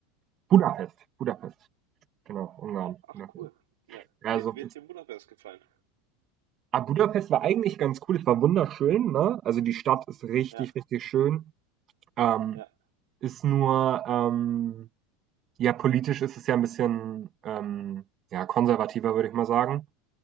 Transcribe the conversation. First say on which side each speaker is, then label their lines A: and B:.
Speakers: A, on the right; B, on the right.
A: Budapest. Budapest, genau, Ungarn,
B: Ach
A: Budapest.
B: cool. Ja.
A: Also,
B: Wird, wird dir Budapest gefallen?
A: ah, Budapest war eigentlich ganz cool. Es war wunderschön, ne? Also, die Stadt ist richtig,
B: Ja,
A: richtig schön. Ähm
B: ja.
A: Ist nur, ähm, ja, politisch ist es ja ein bisschen, ähm, ja, konservativer, würde ich mal sagen.